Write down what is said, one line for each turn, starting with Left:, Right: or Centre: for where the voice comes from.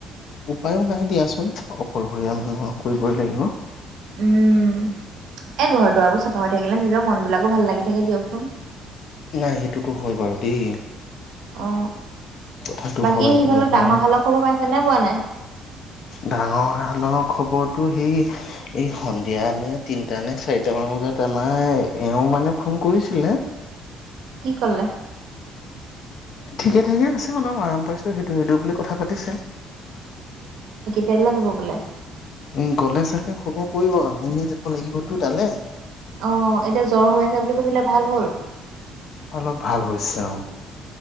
Left: উপায়ো নাই দিয়াচোন। অকলহৰীয়া মানুহ কৰিবই লাগিব।
Right: উম। এই ঘৰ দুৱাৰবোৰ চাফা হৈ থাকিলে নিজৰ মন বিলাকো ভাল লাগি থাকে দিয়কচোন।
Left: নাই সেইটোতো হয় বাৰু <inaudible>
Right: অ
Left: কথাটো
Right: বাকী
Left: হয়
Right: সিফালত
Left: নোহোৱা
Right: ডাঙৰ শালৰ খবৰ পাইছো যেনে পোৱা নাই
Left: ডাঙৰ হৰ খবৰটো সেই এই সন্ধিয়া নে তিনটা নে চাৰিটা মান বজাত আমাৰ এওঁ মানে ফোন কৰিছিলে <unintelligible>
Right: কেলে।
Left: ঠিকেই? থিকে আছে অলপ আৰাম পাইছো সেইটো সেইটো বুলি কথা পাতিছে?
Right: তেল পবিল।
Left: উম গ'লে চাগে খবৰ কৰিব মুয়ে যাব লাগিবতো তালে।
Right: আহ এতিয়া জ্বৰ হৈ আছে বুলি কৈছিলে ভাল হ'ল।
Left: অলপ ভাল হৈছে অ।